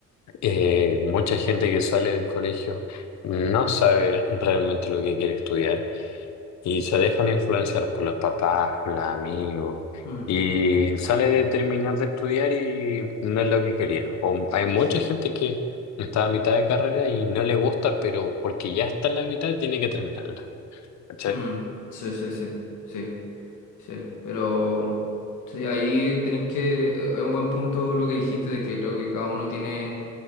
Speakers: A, on the left (about 65°); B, on the left (about 80°).
A: Eh, mucha gente que sale del colegio no sabe realmente lo que quiere estudiar. Y se dejan influenciar por los papás, por los amigos.
B: mm,
A: Y sale de terminar de estudiar y no es lo que quería. O hay mucha
B: sí,
A: gente que está a mitad de carrera y no le gusta, pero porque ya está en la mitad tiene que terminarla. ¿Cachai?
B: mm, sí, sí, sí, sí, sí. Pero... Sí, ahí tenéis que... eh, Es un buen punto lo que dijiste de que creo que cada uno tiene